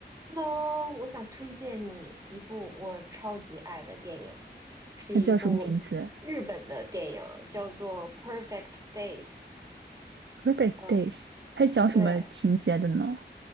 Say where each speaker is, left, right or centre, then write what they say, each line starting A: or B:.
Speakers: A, on the right; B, on the right.
A: 那我想推荐你一部我超级爱的电影，是一部
B: 它叫什么名字
A: 日本的电影，叫做《Perfect Days》。
B: ？Perfect
A: 呃，
B: Days。它讲什么情节的呢？
A: 对，